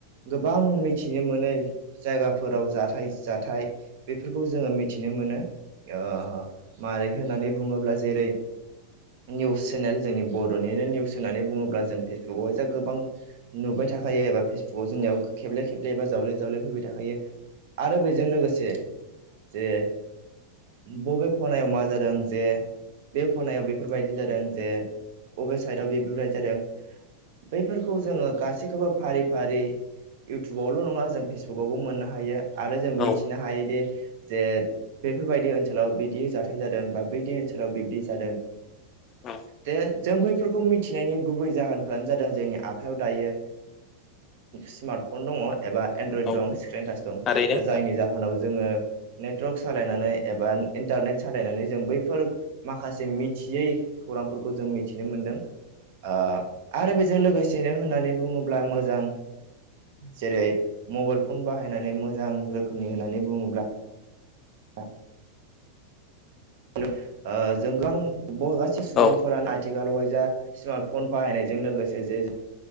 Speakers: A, on the right; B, on the left.
A: गोबां मिथिनो मोनै जायगाफोराव जाथाय जानाय बेफोरखौ जोङो मिथिनो मोनो। ओ मारै होन्नानै बुङोब्ला जेरै निउस चेनेल जोंनि बर'- निनो निउस होननानै बुङोब्ला जों फेसबुकावहाय जा गोबां नुबाय थाखायो एबा फेसबुकआव जोंनियाव खेबले खेबले एबा जावले जावले फैबाय थाखायो। आरो बेजों लोगोसे जे बबे खनायाव मा जादों जे बे खनायाव बेफोरबायदि जादों जे अबे साइदआव बेफोरबायदि जादों। बैफोरखौ जोङो गासैखौबो फारि फारि इउटुबावल' नङा जों फेसबुकावबो मोननो हायो आरो जों
B: औ
A: मिथिनो हायोदि। जे बेफोरबायदि ओनसोलाव बिदि जाथाय जादों बा बैदि ओनसोलाव बिब्दि जादों।
B: औ
A: दा। जों बैफोरखौ मिथिनायनि गुबै जाहोनफ्रानो जादों जोंनि आखाइआव दायो। स्मार्टफन दङ एबा एनड्रयड
B: औ
A: दं स्क्रिनटाच दं
B: थारैनो
A: जायनि जाहोनाव जोङो। नेटवार्क सालायनानै एबा इन्टारनेट सालायनानै जों बैफोर माखासे मिथियै खौरांफोरखौ जों मिथिनो मोनदों। ओ आरो बेजों लोगोसेनो होननानै बुङोब्ला मोजां जेरै मबाइल फन बाहायनानै मोजां रोखोमनि होननानै बुङोब्ला हा। ओ जों गोबां गासै सुबुंफोरानो
B: औ
A: आथिखालावहाय जा स्मार्ट फन बाहायनायजों लोगोसे जे